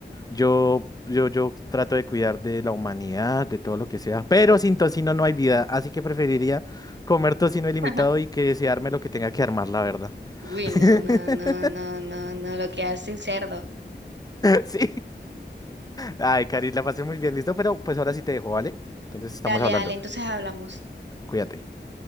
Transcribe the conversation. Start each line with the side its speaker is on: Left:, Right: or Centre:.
Left: Yo, yo, yo trato de cuidar de la humanidad, de todo lo que sea, pero sin tocino no hay vida, así que preferiría comer tocino ilimitado
Right: <laughs>
Left: y que se arme lo que tenga que armar, la verdad.
Right: Uy,
Left: <laughs>
Right: no, no, no, no, no, no, lo que hace el cerdo.
Left: Sí. Ay, Cari, la pasé muy bien, listo, pero pues ahora sí te dejo, ¿vale? Entonces estamos
Right: Dale,
Left: hablando.
Right: dale, entonces hablamos.
Left: Cuídate.